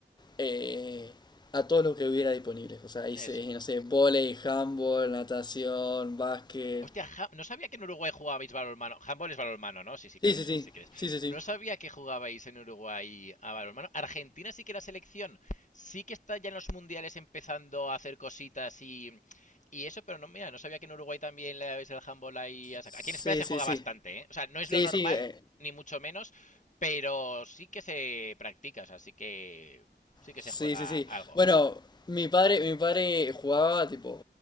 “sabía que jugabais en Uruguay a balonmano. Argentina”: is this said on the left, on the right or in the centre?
Left